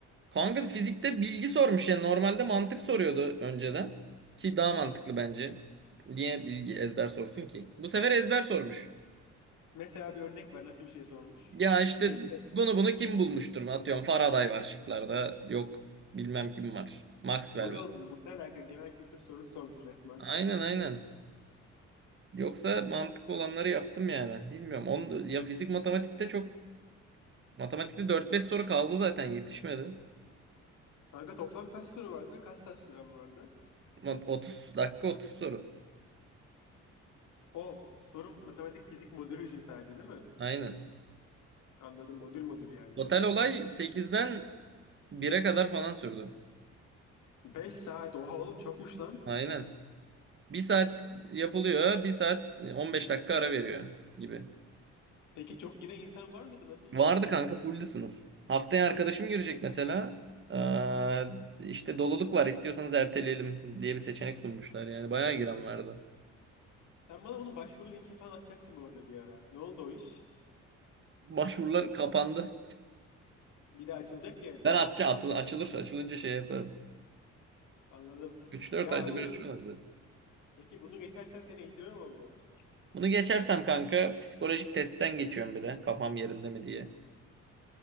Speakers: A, on the right; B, on the left.
A: Kanka fizikte bilgi sormuş ya. Normalde mantık soruyordu önceden. Ki daha mantıklı bence. Niye bilgi ezber sorsun ki? Bu sefer ezber sormuş.
B: Mesela bir örnek ver nasıl bir şey sormuş?
A: Ya işte
B: Şey
A: bunu bunu kim bulmuştur? mu? Atıyorum Faraday var şıklarda. Yok bilmem kim var. Maxwell
B: bu ne
A: var.
B: oğlum? Bu ne alaka? Genel kültür sorusu sormuş resmen.
A: Aynen aynen. Yoksa mantıklı olanları yaptım yani. Bilmiyorum. Onu ya fizik matematikte çok matematikte dört beş soru kaldı zaten yetişmedi.
B: Kanka toplam kaç soru vardı ve kaç saat süren vardı?
A: Mat- 30 dakika 30 soru.
B: O soru matematik fizik modülü için sadece değil mi?
A: Aynen.
B: Anladım modül modül yani.
A: Total olay sekizden bire kadar falan sürdü.
B: Beş saat oha oğlum çokmuş lan.
A: Aynen. Bir saat yapılıyor. Bir saat e, 15 dakika ara veriyor gibi.
B: Peki çok giren insan var mıydı? Nasıl
A: Vardı
B: da ortam?
A: kanka fulldü sınıf. Haftaya arkadaşım girecek mesela. Ee, işte doluluk var istiyorsanız erteleyelim diye bir seçenek sunmuşlar. Yani bayağı giren vardı.
B: Sen bana bunun başvuru linki falan atacaktın orada bir ara. Ne oldu o iş?
A: Başvurular kapandı.
B: Bir daha açılacak yani.
A: Ben atça atıl açılır. Açılınca şey yaparım.
B: Anladım.
A: üç dört
B: Ya
A: ayda
B: abi
A: bir açıyorlar zaten.
B: peki bunu geçersen seni eğitime mi alıyorlar?
A: Bunu geçersem kanka psikolojik testten geçiyorum bir de. Kafam yerinde mi diye.